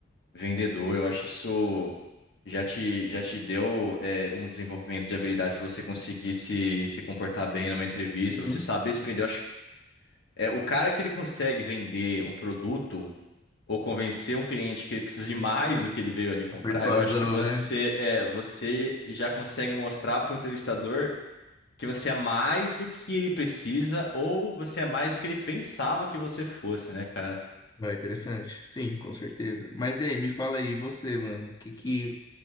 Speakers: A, on the left; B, on the left.
A: vendedor. Eu acho isso já te, já te deu é, um desenvolvimento de habilidades para você conseguir se, se comportar bem numa entrevista,
B: Uhum.
A: você saber se vender. Eu acho, é, o cara que ele consegue vender um produto ou convencer um cliente que ele precisa de mais do que ele veio ali comprar,
B: A persuasão,
A: eu acho que você
B: né?
A: é, você já consegue mostrar para o entrevistador que você é mais do que ele precisa ou você é mais do que ele pensava que você fosse, né, cara?
B: Vai, interessante. Sim, com certeza. Mas e aí, me fala aí, você, mano, o que que